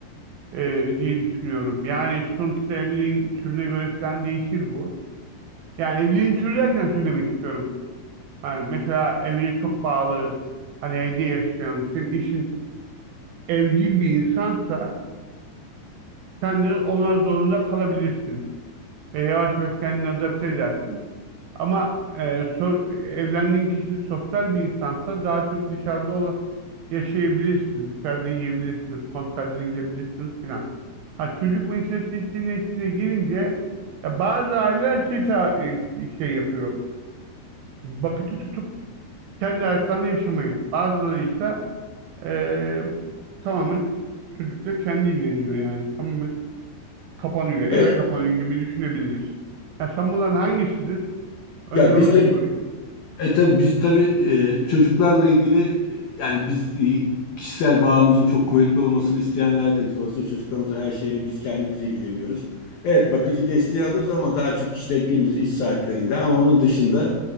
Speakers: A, on the right; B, on the left.
A: ee, diye düşünüyorum. Yani sonuçta evliliğin türüne göre falan değişir bu. Yani evliliğin türü derken şu demek istiyorum. Yani mesela evine çok bağlı hani evde yaşayan senin eşin evcil bir insansa Sen de ona zorunda kalabilirsin ve yavaş yavaş kendini adapte edersin. Ama e, so- evlendiğin kişi sosyal bir insansa daha çok dışarıda ola yaşayabilirsin, dışarıda yiyebilirsiniz, konserlere gidebilirsiniz filan. Ha çocuk meselesi işin içine girince ya bazı aileler şey, ta- e, şey yapıyor, bakıcı tutup kendi hayatlarını yaşamayı. Bazıları ise e, tamamen çocukla kendi ilgileniyor yani. Tamamen kapanıyor,
B: Evet.
A: eve kapanıyor gibi düşünebiliriz. Ya sen bunların hangisisin? Önce
B: Ya biz
A: onu
B: tabii
A: bir sorayım.
B: E tabii biz tabii e, çocuklarla ilgili e, yani biz e, kişisel bağımızın çok kuvvetli olmasını isteyenlerdeniz. Dolayısıyla çocuklarımızın her şeyiyle biz kendimiz ilgileniyoruz. Evet bakıcı desteği alıyoruz ama daha çok işte gündüz iş saatlerinde ama onun dışında